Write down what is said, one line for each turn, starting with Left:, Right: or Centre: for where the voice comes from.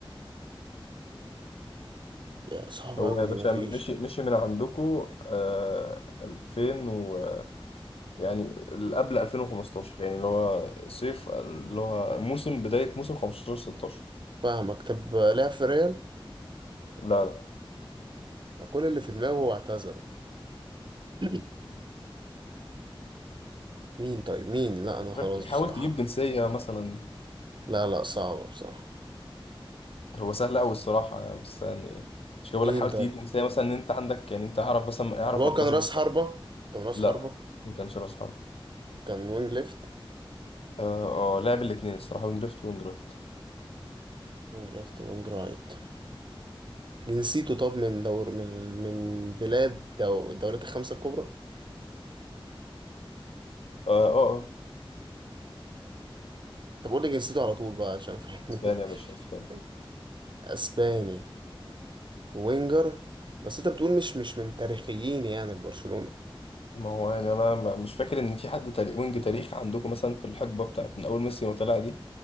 Right: يا صعبة
Left: هو
Right: أوي
Left: يا
Right: دي
Left: باشا
Right: مفيش
Left: مشي مشي من عندكو آه 2000 و يعني ال- قبل 2015 يعني اللي هو صيف اللي هو موسم بداية موسم 15 16
Right: فاهمك طب لعب في ريال
Left: لا لا
Right: كل اللي في دماغه واعتذروا <clears throat> مين طيب مين لا أنا خلاص
Left: غير كده، حاول
Right: بصراحة
Left: تجيب جنسية مثلا
Right: لا لا صعبة بصراحة
Left: هو سهل أوي الصراحة يعني بس يعني مش كده بقول
Right: مين
Left: لك حاول
Right: طيب
Left: تجيب جنسية مثلا إن أنت عندك يعني أنت أعرف مثلا أعرف
Right: طب هو
Left: مركزه
Right: كان راس
Left: بالظبط
Right: حربة كان راس
Left: لا
Right: حربة
Left: ما كانش رأس حرب
Right: كان وينج ليفت
Left: اه آه، لعب الاتنين الصراحة وينج ليفت وينج رايت
Right: وينج ليفت وينج رايت جنسيته طب من دور من من بلاد دو الدوريات الخمسة الكبرى
Left: اه اه آه.
Right: طب قول لي جنسيته على طول بقى عشان فاهمني
Left: اسبانيا يا باشا اسبانيا
Right: <laughs> اسباني وينجر بس انت بتقول مش مش من تاريخيين يعني برشلونة
Left: ما هو يعني انا ما- مش فاكر ان في حد تاريخ وينج تاريخ عندكم مثلا في الحقبه بتاعت من اول ميسي ما طلع دي